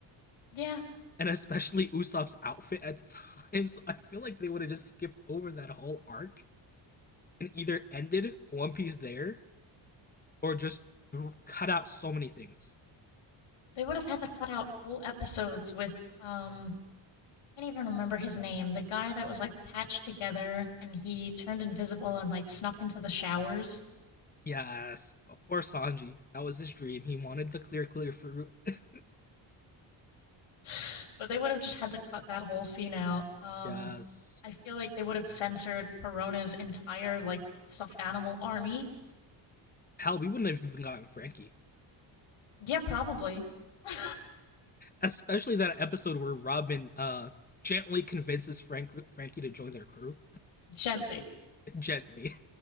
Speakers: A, on the left; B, on the left.
A: Yeah,
B: And especially Usopp's outfit at the time, <laughs> so I feel like they would have just skipped over that whole arc and either ended One Piece there or just cut out so many things.
A: they would have had to cut out whole episodes with um I can't even remember his name. The guy that was like patched together and he turned invisible and like snuck into the showers.
B: Yes, oh, poor Sanji. That was his dream. He wanted the clear, clear fruit. <laughs>
A: <laughs> but they would have just had to cut that whole scene out. Um
B: yes.
A: I feel like they would have censored Perona's entire like stuffed animal army.
B: Hell, we wouldn't have even gotten Frankie,
A: Yeah, probably. <laughs>
B: especially that episode where Robin uh gently convinces Frank Frankie to join their crew.
A: Gently.
B: <laughs> gently,